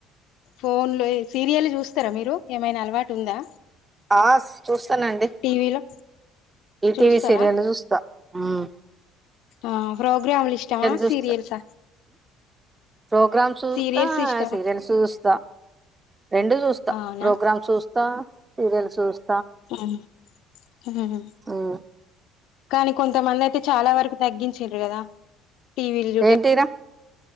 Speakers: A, on the left; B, on the right.
A: ఫోన్ ఇ సీరియల్ చూస్తారా మీరు ఏమైనా అలవాటు ఉందా
B: ఆ చూస్తానండి
A: టీవీలో
B: ఈ
A: చూస్తారా
B: టీవీ సీరియల్ చూస్త ఉమ్
A: ఆ ప్రోగ్రామ్లు ఇష్టమా
B: చూస్తా
A: సీరియల్సా
B: ప్రోగ్రామ్స్ చూస్త
A: సీరియల్స్ ఇష్టమా
B: సీరియల్స్ చూస్త రెండు చూస్త
A: అవునా
B: ప్రోగ్రామ్ చూస్త సీరియల్ చూస్త
A: హమ్ హమ్
B: ఉమ్
A: కానీ కొంతమంది అయితే చాలా వరకు తగ్గించారు కదా టీవిల్ చెడ్డ
B: ఏంటిరా